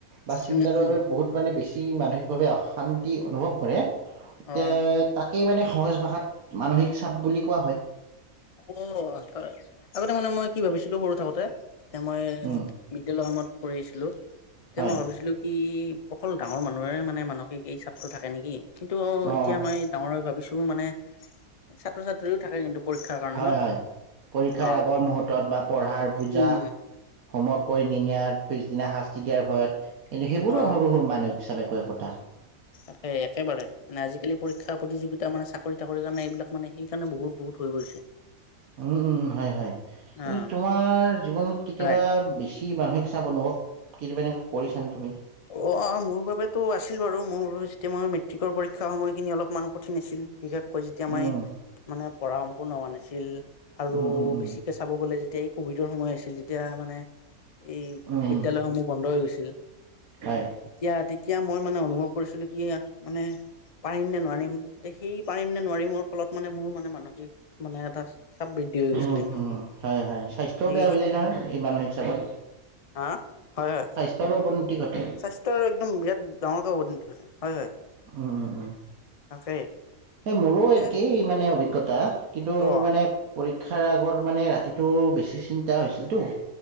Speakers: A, on the right (about 75°); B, on the left (about 45°).
A: বা চিন্তাৰ
B: উম
A: বাবে
B: উম
A: বহুত- মানে বেছি মানসিক ভাৱে অশান্তি অনুভৱ কৰে এতিয়া
B: অ
A: তাক- সেই মানে সহজ ভাষাত মানসিক চাপ বুলি কোৱা হয়।
B: অ', আগতে মানে মই কি ভাবিছিলো সৰু থাকো- তে মই
A: উম
B: বিদ্যালয়ৰ সময়ত পঢ়ি আহিছিলো তেতিয়া
A: হয়
B: মই ভাবিছিলো- কি অকল ডাঙৰ মানুহৰে মানে মানসিক এই চাপটো থাকে নেকি। কিন্তু
A: অ
B: এতিয়া মই ডাঙৰ ভাবিছো মানে ছাত্ৰ-ছাত্ৰীও থাকে কিন্তু। পৰীক্ষাৰ কাৰণে
A: হয়-হয়,
B: ন
A: পৰীক্ষাৰ
B: অ
A: আগৰ মুহূৰ্তত বা পঢ়াৰ বুজা-
B: উম
A: হোমৱৰ্ক কৰি নিমিয়াৰ পিছদিনা শাস্তি দিয়াৰ ভয়ত- এ' সেইবোৰো
B: অ
A: সৰু-সৰু মানসিক চাপ একো-একোটা।
B: তাকে, একেবাৰে মানে আজিকালি- পৰীক্ষা প্ৰতিযোগিতা মানে চাকৰি-তাকৰি কাৰণে এইবিলাক মানে সেইকাৰণে বহুত পৰিছে।
A: উমঁ-উমঁ, হয়-হয়।
B: অ
A: এনেই তোমাৰ জীৱনত কেতিয়াবা
B: হয়
A: বেছি- কি মানসিক চাপ অনুভৱ কেতিয়াবা এনেকুৱা কৰিছানে তুমি?
B: অ', মোৰ বাবেতো আছিল বাৰু মোৰ যেতিয়া মই মেট্ৰিকৰ পৰীক্ষা সময়খিনি অলপমান- কঠিন আছিল, বিশেষকৈ যেতিয়া
A: উম,
B: মই মানে পঢ়া সম্পূৰ্ণ হোৱা নাছিল আৰু
A: উম, উম, উম,
B: বেছি- কে চাব গ'লে যেতিয়া এই কভিডৰ সময় আছিল তেতিয়া মানে- এই
A: উম,
B: বিদ্যালয়সমূহ বন্ধ হৈ গৈছিল।
A: হয়।
B: তেতিয়া-তেতিয়া মই মানে অনুভৱ কৰিছিলো কি মানে- পাৰিম নে নোৱাৰিম, তে সেই পাৰিম নে নোৱাৰিমৰ ফলত মানে মোৰ মানে মানসিক মানে এটা চাপ বৃদ্ধি হৈ গৈছিল
A: উম-হুম,
B: কিন্তু
A: হয়-হয়। স্বাস্থ্যও
B: সেই
A: বেয়া হৈ যায় নহয় এই মানসিক চাপত।
B: হাঁ? হয়-হয়।
A: তাৰো অৱনতি ঘটে।
B: স্বাস্থ্যৰ একদম বিৰাট ডাঙৰ কৈ অৱনতি ঘটে, হয়-হয়।
A: উম-উম-উম।
B: তাকে।
A: সেই মোৰো
B: সেইটোৱে
A: মানে অভিজ্ঞতা, কিন্তু
B: অ'।
A: মানে- পৰীক্ষাৰ আগৰ মানে ৰাতিটো বেছি চিন্তা হৈছিলতো-